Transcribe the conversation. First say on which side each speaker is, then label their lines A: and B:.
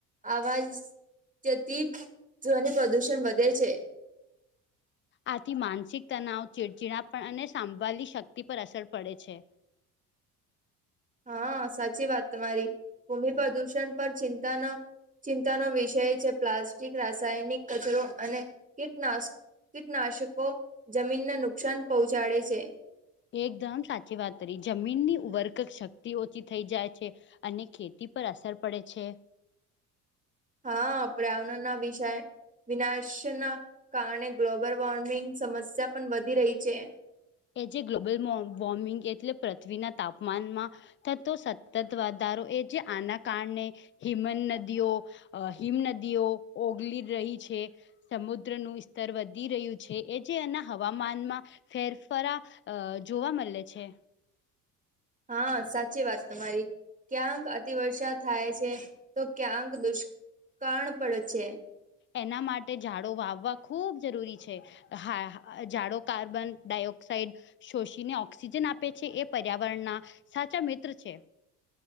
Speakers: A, on the right (about 15°); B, on the left (about 25°).
A: આવાજ જતી ધ્વનિ પ્રદુષણ વધે છે.
B: આથી માનસિક તનાવ, ચીડચીડા પણ અને સાંભળલી શક્તિ પર અસર પડે છે.
A: હા સાચી વાત તમારી, ભૂમિ પ્રદૂષણ પર ચિંતા નો ચિંતાનો વિષય છે પ્લાસ્ટિક, રાસાયણિક કચરો અને કીટનાશક કીટનાશકો જમીનને નુકસાન પહોંચાડે છે.
B: એકદમ સાચી વાત કરી જમીનની ઉબરક શક્તિ ઓછી થઈ જાય છે. અને ખેતી પર અસર પડે છે.
A: હા આપડ આવના ના વિષય વિનાશ ના કારણે ગ્લોબલ વોર્મિંગ સમસ્યા પણ વધી રહી છે.
B: કે જે ગ્લોબલ વોર્મિંગ એટલે પૃથ્વીના તાપમાનમાં, થતો સતત વધારો એ જે આના કારણે હિમન નદીઓ અ હિમ નદીઓ ઓગલી રહી છે. સમુદ્રનું સ્તર વધી રહ્યું છે. એ જે એના હવામાનમાં ફેર ફરા અ જોવા મળે છે.
A: હા સાચી વાત તમારી. ક્યાંક અતિવર્ષા થાય છે તો, ક્યાંક દુષ્કાળ પડે છે.
B: એના માટે ઝાડો વાવવા ખૂબ જરૂરી છે. હા જાડો કાર્બન ડાયઓક્સાાઈડ, શોષીને ઓક્સિજન આપે છે, એ પર્યાવરણના સાચા મિત્ર છે.